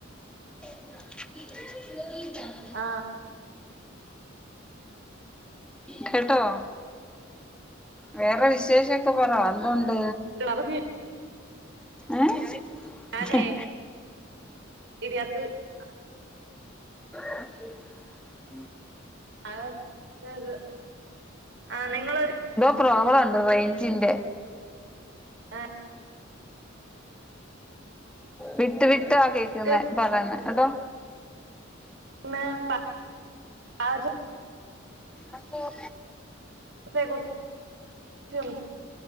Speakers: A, in the centre; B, on the right.
A: <inaudible>
B: ആ
A: കേട്ടോ വേറെ വിശേഷൊക്കെ പറ എന്തുണ്ട്
B: ഇത് പറഞ്ഞു
A: ഏഹ്
B: ഞാനേ
A: ഹ്ഹ്ഹ്
B: <unintelligible>
A: <unintelligible>
B: അത് ആ നിങ്ങളൊരു
A: പ്രോബ്ലംണ്ട് റൈഞ്ചിന്റെ
B: <unintelligible>
A: വിട്ട് വിട്ടാ കേക്കുന്നേ
B: നമുക്ക്
A: പറയന്ന് കേട്ടോ
B: ആ <unintelligible>
A: അപ്പോ
B: ത്തെ കുറിച്ച്